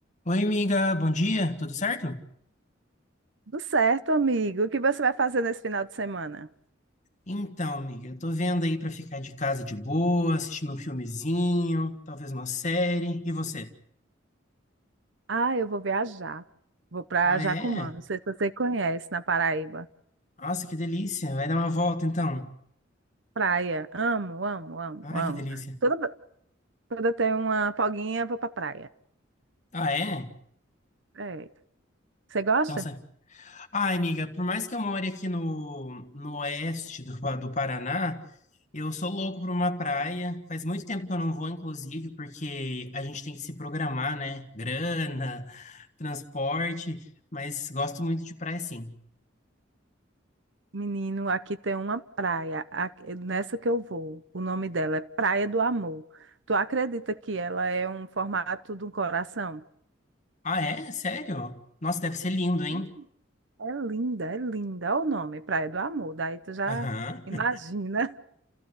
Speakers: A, on the left; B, on the right.
A: Oi, amiga, bom dia, tudo certo?
B: Tudo certo, amigo. O que você vai fazer nesse final de semana?
A: Então, amiga, eu tô vendo aí pra ficar de casa de boa, assistindo um filmezinho, talvez uma série. E você?
B: Ah, eu vou viajar. Vou pra
A: Ah,
B: Jacumã.
A: é?
B: Não sei se você conhece, na Paraíba.
A: Nossa, que delícia. Vai dar uma volta então.
B: Praia. Amo, amo, amo,
A: Ah,
B: amo.
A: que delícia.
B: Toda, toda eu tenho uma folguinha, vou pra praia.
A: Ah, é?
B: É. Você gosta?
A: Então, você Ai, amiga, por mais que eu more aqui no, no oeste do, <laughs> Pa- do Paraná, eu sou louco por uma praia. Faz muito tempo que eu não vou, inclusive, porque a gente tem que se programar, né? Grana, transporte, mas gosto muito de praia, sim.
B: Menino, aqui tem uma praia. a- nessa que eu vou. O nome dela é Praia do Amor. Tu acredita que ela é um formato de um coração?
A: Ah, é? Sério? Nossa, deve ser lindo, hein?
B: Hum, É linda, é linda. Olha o nome, Praia do Amor. Daí tu já
A: Aham.
B: imagina.
A: <laughs>